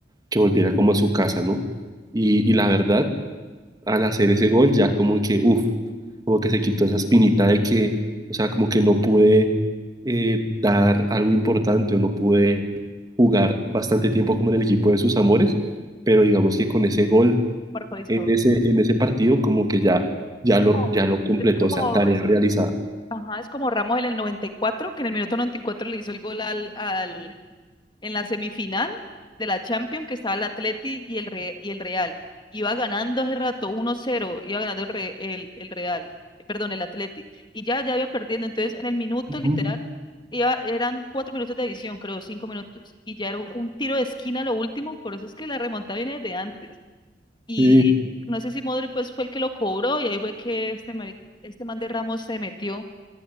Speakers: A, on the right; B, on the left.
A: que volviera como a su casa, ¿no? Y, y la verdad, al hacer ese gol, ya como que, uff, como que se quitó esa espinita de que, o sea, como que no pude eh, dar algo importante o no pude jugar bastante tiempo como en el equipo de sus amores, pero digamos que con ese gol
B: por Juan Historia.
A: en ese, en ese partido, como que ya, ya lo,
B: Como-
A: ya lo completó,
B: Es como,
A: o sea, tarea realizada.
B: ajá, es como Ramos en el 94, que en el minuto 94 le hizo el gol al, al, en la semifinal de la Champions que estaba el Atleti y el, Re- y el Real. Iba ganando hace rato 1-0, iba ganando el, Re- el, el Real, perdón, el Atleti. Y ya, ya iba perdiendo. Entonces, en el minuto
A: Ujú,
B: literal, iba, eran cuatro minutos de edición, creo, cinco minutos. Y ya era un tiro de esquina lo último, por eso es que la remontada viene de antes. Y
A: Sí.
B: no sé si Modric pues fue el que lo cobró y ahí fue que este, marica- este man de Ramos se metió